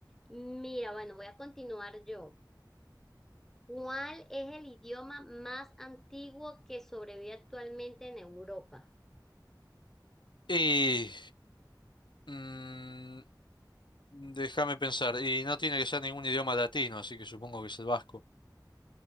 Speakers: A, in the centre; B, on the left.
A: Mira, bueno, voy a continuar yo. ¿Cuál es el idioma más antiguo que sobrevive actualmente en Europa?
B: Y... mm, Déjame pensar. Y no tiene que ser ningún idioma latino, así que supongo que es el vasco.